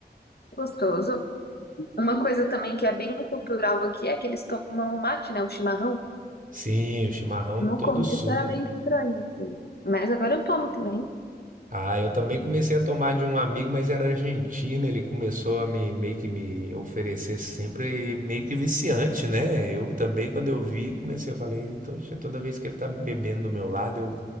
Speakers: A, on the left; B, on the right.
A: Gostoso. Uma coisa também que é bem cultural aqui é que eles tomam mate, né? O chimarrão.
B: Sim, o chimarrão
A: No
B: todo
A: começo
B: sul,
A: era
B: né?
A: meio estranho, assim. Mas agora eu tomo também.
B: Ah, eu também comecei a tomar de um amigo, mas era argentino, ele começou a me meio que me oferecer sempre e meio que viciante, né? Eu também, quando eu vi, comecei a falar, "Eita, oxe, toda vez que ele tá bebendo do meu lado, eu